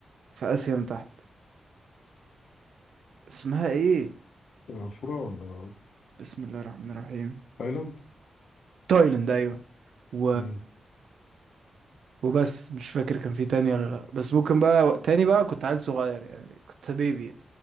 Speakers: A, on the right; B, on the left.
A: في اسيا من تحت اسمها ايه
B: سنغافورة ولا
A: بسم الله الرحمن الرحيم
B: تايلاند
A: تايلاند ايوه و
B: مم.
A: وبس مش فاكر كان في تاني ولا لا بس ممكن بقى تاني بقى كنت عيل صغير يعني كنت بيبي